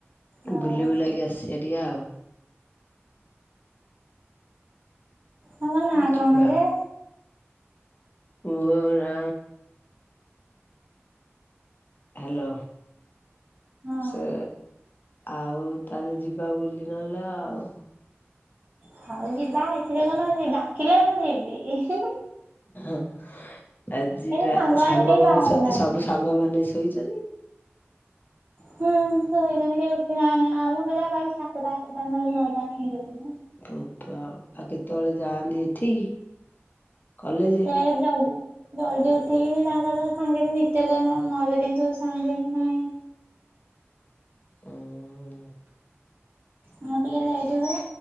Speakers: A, on the right; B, on the left.
A: ହଁ
B: ବୁଲ ବୁଲାକି ଆସିବା ଟିକେ ଆଉ
A: ତମ ନାଁ
B: ଯିବା
A: କଣ ଜେ?
B: ମୋ ନା ହାଲୋ,
A: ହଁ
B: ସେ ଆଉ ତାହେଲେ ଯିବା ବୁଲି ଇନଲା ଆଉ
A: ହଉ ଯିବା, ଏଥିରେ କଣ ଅଉଛି ଡାକିଲେ ମୁଁ ଯିବି। <unintelligible>
B: <unintelligible> ଆଜିିବା
A: ଏମିତି
B: ସାଙ୍ଗମାନେ
A: କେହି ବାହାରୁ
B: ସବୁ
A: ନାହାନ୍ତି।
B: ସାଙ୍ଗମାନେ ଶୋଇଛନ୍ତି? <inaudible>
A: ହୁଁ ଶୋଇଦଲେ କେହି ଉଠି ନାହି, ଆମ ପିଲା ବା ସାତଟା ଆଠଟା ନହେଲେ ନଅଟା ଏ <unintelligible>
B: ଭପ ଆ ଆଉ କେତେବେଳେ ଯାଆନ୍ତି ଏଠିକି? କଲେଜ?
A: ସେ ଯାଉଛି ଜଲଦି ଉଠେଇିକିନି ତାଙ୍କର ସାଙ୍ଗେନ ନିତ୍ୟକରଣ ମୋର କିନ୍ତୁ ସାଙ୍ଗେନ ନାହିଁ।
B: ଓ ହୋ
A: ମୁଁ ଟିକେ ଲେଟ୍ ହୁଏ,